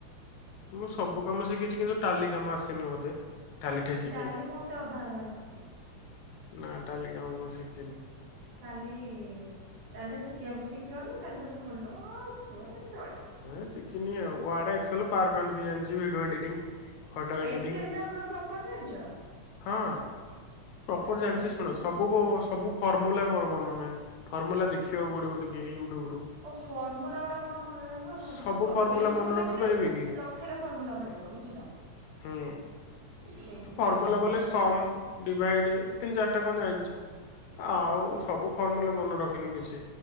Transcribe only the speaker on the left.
ମୁଁ ସବୁ କାମ ଶିଖିଛି କିନ୍ତୁ ଟାଲି କାମ ଆସିନି ମତେ। ଟାଲିଠେ ଶିଖିନି
ନା ଟାଲି କାମ ମୁ ଶିଖିନି।
ଏ ଶିଖିମି ୱାଡ ଏକ୍ସଲ ପାୱାର ପଏଣ୍ଟ ବି ଜାଣିଛିଭଡିଓ ଏଡିଟିଂ। ଫୋଟୋ ଏଡିଟିଂ
ହଁ। ପ୍ରପର
ଜାଣିଛି
ଶୁଣ
ସବୁ ସବୁ ଫର୍ମୁଲା ମୋର ମନ ନାହିଁ ଫର୍ମୁଲା ଦେଖିବାକୁ ପଡିବ ଟିକେ ୟୁଟ୍ୟୁବ ରୁ।
ସବୁ ଫର୍ମୁଲା
ମନେ
ରଖିପାରିବି କି?
ହୁଁ
ଫର୍ମଲା ବଲେ ସମ ଡିଭାଇଡ ତିନି ଚାରିଟା କଣ ଜାଣିଛି ଆଉ
ସବୁ ଫର୍ମୁଲା ମନେ ରଖିନି କିଛି